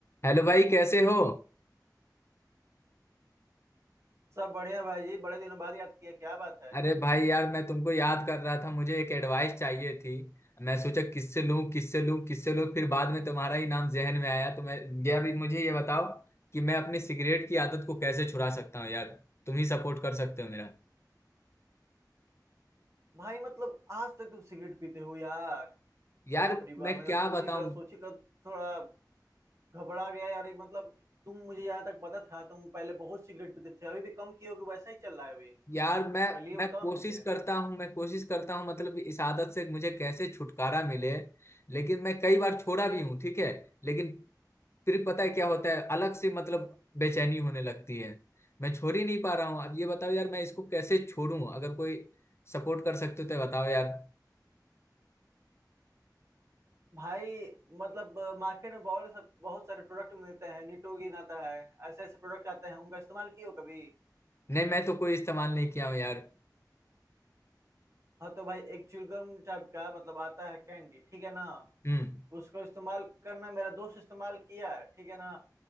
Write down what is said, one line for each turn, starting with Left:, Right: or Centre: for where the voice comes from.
Left: हेलो भाई कैसे हो
Right: सब बढ़िया भाई जी बड़े दिनों बाद याद किया क्या बात है
Left: अरे भाई यार मैं तुमको याद कर रहा था मुझे एक एडवाइस चाहिए थी मैं सोचा किससे लूं किससे लूं किससे लूं फिर बाद में तुम्हारा ही नाम जहन में आया तो मैं ये अभी मुझे ये बताओ कि मैं अपनी सिगरेट की आदत को कैसे छुड़ा सकता हूँ यार तुम ही सपोर्ट कर सकते हो मेरा
Right: भाई मतलब आज तक तुम सिगरेट पीते हो यार
Left: यार
Right: बाप रे बाप
Left: मैं
Right: मैंने
Left: क्या
Right: सुनी
Left: बताऊं
Right: का सोची का थोड़ा घबरा गया यार ये मतलब तुम मुझे यहाँ तक पता था तुम पहले बहुत सिगरेट पीते थे अभी भी कम किए हो कि वैसा ही चल रहा है अभी
Left: यार मैं
Right: पहले ये
Left: मैं
Right: बताओ
Left: कोशिश
Right: ना मुझे
Left: करता हूं मैं कोशिश करता हूं मतलब इस आदत से मुझे कैसे छुटकारा मिले लेकिन मैं कई बार छोड़ा भी हूं ठीक है लेकिन फिर पता है क्या होता है अलग से मतलब बेचैनी होने लगती है मैं छोड़ ही नहीं पा रहा हूँ अब ये बताओ यार मैं इसको कैसे छोड़ूं अगर कोई सपोर्ट कर सकते हो तो बताओ यार
Right: भाई मतलब मार्केट में बहुत सब बहुत सारे प्रोडक्ट मिलते हैं निटोगिन आता है ऐसे ऐसे प्रोडक्ट आते हैं उनका इस्तेमाल किए हो कभी
Left: नहीं मैं तो कोई इस्तेमाल नहीं किया हूँ यार
Right: हाँ तो भाई एक च्युइंगम टाइप का मतलब आता है कैंडी ठीक है ना
Left: हम्म
Right: उसको इस्तेमाल करना मेरा दोस्त इस्तेमाल किया है ठीक है ना